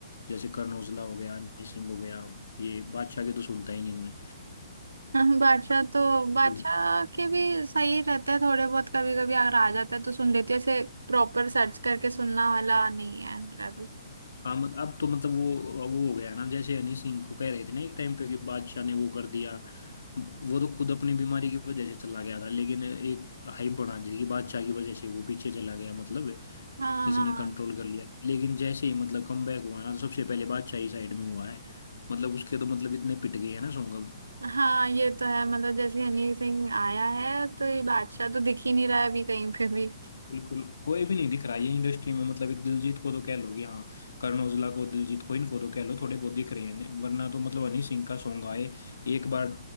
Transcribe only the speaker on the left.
जैसे करण औजला हो गया हनी सिंह हो गया ये बादशाह के तो सुनता ही नहीं हूँ
मैं
हाँ मत- अब तो मतलब वो वो हो गया ना जैसे हनी सिंह को कह रहे थे ना एक टाइम पे कि बादशाह ने वो कर दिया वो तो खुद अपनी बीमारी की वजह से चला गया था लेकिन एक हाइप बना दी थी कि बादशाह की वजह से वो पीछे चला गया मतलब
इसने
कंट्रोल कर लिया लेकिन जैसे ही मतलब कम बैक हुआ ना तो सबसे पहले बादशाह ही साइड में हुआ है मतलब उसके तो मतलब इतने पिट गए हैं ना सॉन्ग अब
बिल्कुल कोई भी नहीं दिख रहा है ये इंडस्ट्री में मतलब एक दिलजीत को तो कह लो कि हाँ करण औजला को दिलजीत को इनको तो कह लो थोड़े बहुत दिख रहे हैं वरना तो मतलब हनी सिंह का सॉन्ग आए एक बार